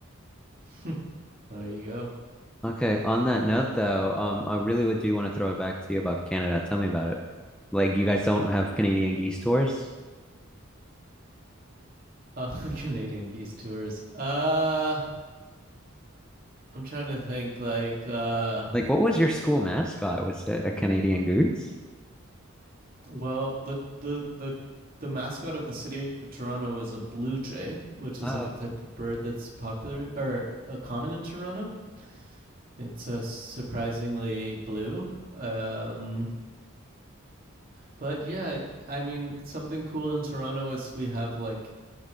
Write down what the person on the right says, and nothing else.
<laughs> there you go.
Uh, <laughs> Canadian geese tours. Uh, I'm trying to think. Like, uh,
well, the the the the mascot of the city of Toronto is a blue jay, which is
like a type of bird that's popular or uh, common in Toronto. It's uh, surprisingly blue. Um, but yeah, I mean, something cool in Toronto is we have like